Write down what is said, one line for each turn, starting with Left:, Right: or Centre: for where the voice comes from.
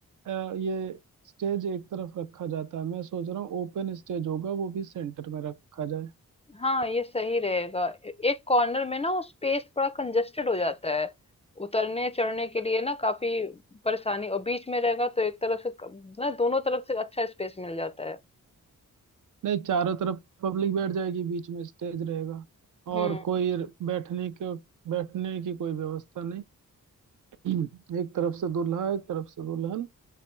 Right: अ, ये स्टेज एक तरफ रखा जाता है मैं सोच रहा हूँ ओपन स्टेज होगा वो भी सेंटर में रखा जाए
Left: हाँ ये सही रहेगा ए- एक कॉर्नर में ना वो स्पेस थोड़ा कंजेस्टेड हो जाता है उतरने चढ़ने के लिए ना काफी परेशानी और बीच में रहेगा तो एक तरफ से क- ना दोनों तरफ से अच्छा स्पेस मिल जाता है
Right: नहीं चारों तरफ पब्लिक बैठ जाएगी बीच में स्टेज रहेगा
Left: हम्म
Right: और कोई बैठने के बैठने की कोई व्यवस्था नहीं <clears throat> एक तरफ से दूल्हा एक तरफ से दुल्हन